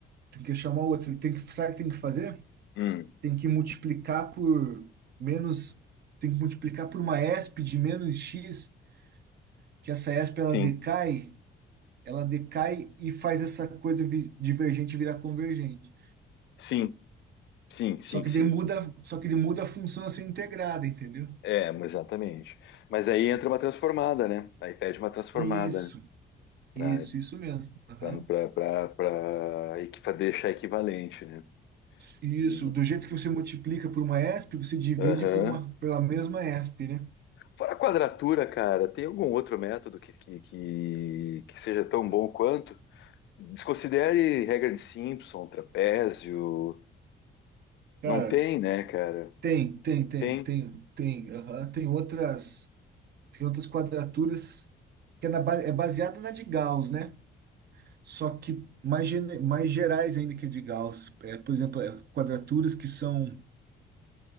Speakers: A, on the right; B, on the left.
A: Tem que chamar outro. Tem que, sabe o que tem que fazer?
B: Hum,
A: Tem que multiplicar por menos. Tem que multiplicar por uma esp de menos x, que essa esp ela
B: sim,
A: decai, ela decai e faz essa coisa vi- divergente virar convergente.
B: sim, sim, sim,
A: Só que
B: sim.
A: daí muda, só que ele muda a função a ser integrada, entendeu?
B: É, exatamente. Mas aí entra uma transformada, né? Aí pede uma transformada,
A: Isso.
B: né? Pra,
A: Isso, isso mesmo. Aham.
B: pra, pra, pra, pra equi- deixar equivalente, né?
A: Isso,
B: E,
A: do jeito que você multiplica por uma ESP, você divide
B: aham.
A: por uma, pela mesma ESP, né?
B: Fora a quadratura, cara, tem algum outro método que, que, que, que seja tão bom quanto? Desconsidere regra de Simpson, trapézio.
A: Cara,
B: Não tem, né, cara?
A: tem, tem, tem,
B: Tem.
A: tem, tem, aham, Tem outras, tem outras quadraturas que é, na, ba- é baseada na de Gauss, né? Só que mais, gene- mais gerais ainda que a de Gauss. É, por exemplo, é, quadraturas que são